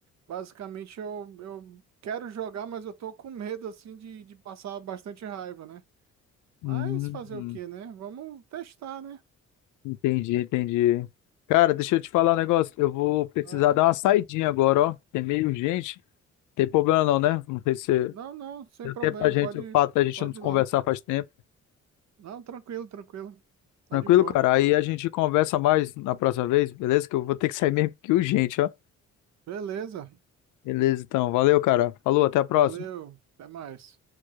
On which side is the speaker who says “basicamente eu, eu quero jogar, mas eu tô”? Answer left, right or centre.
Right